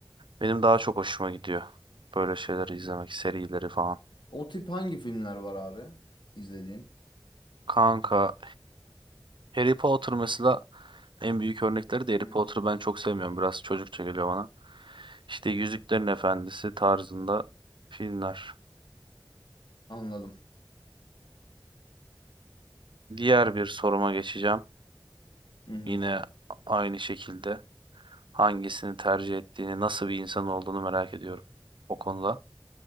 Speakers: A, on the right; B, on the left.
A: benim daha çok hoşuma gidiyor. Böyle şeyleri izlemek, serileri falan.
B: O tip hangi filmler var abi izlediğin?
A: Kanka, Harry Potter mesela en büyük örnekleri de Harry
B: Hı
A: Potter'ı
B: hı.
A: ben çok sevmiyorum. Biraz çocukça geliyor bana. İşte Yüzüklerin Efendisi tarzında filmler.
B: Anladım.
A: Diğer bir soruma geçeceğim.
B: Hı hı.
A: Yine aynı şekilde hangisini tercih ettiğini, nasıl bir insan olduğunu merak ediyorum o konuda.